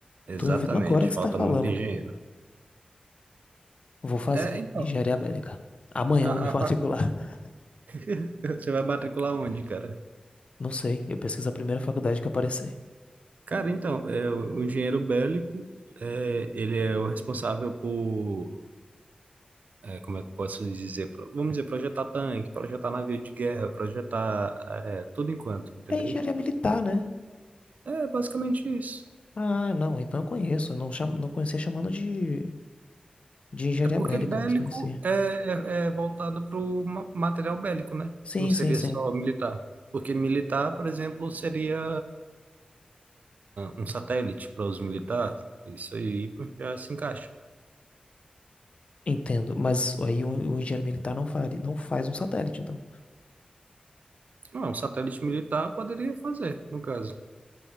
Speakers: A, on the right; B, on the left.
A: Exatamente,
B: Tô ouvindo agora que
A: falta
B: você tá falando.
A: muito engenheiro.
B: Vou fazer
A: É, então,
B: engenharia bélica. Amanhã
A: a,
B: eu vou me
A: a
B: matricular.
A: fac-
B: <laughs>
A: <laughs> você vai matricular onde, cara?
B: Não sei, eu pesquiso a primeira faculdade que aparecer.
A: Cara, então, é, o o engenheiro bélico, é, ele é o responsável por, é, como é que eu posso dizer, Pro- vamos dizer, projetar tanque, projetar navio de guerra, projetar, é, tudo enquanto, entendeu?
B: É engenharia militar, né?
A: É basicamente isso.
B: Ah, não, então eu conheço. Eu não, chamo, não conhecia chamando de, de engenharia
A: É porque
B: bélica,
A: bélico
B: mas conhecia.
A: é, é, é voltado para o material bélico, né?
B: Sim,
A: Não seria
B: sim, sim.
A: só militar. Porque militar, por exemplo, seria um satélite para os militares, isso aí pô, já se encaixa.
B: Entendo. Mas aí o, o engenheiro militar não faria, não faz um satélite, então.
A: Não, um satélite militar poderia fazer, no caso.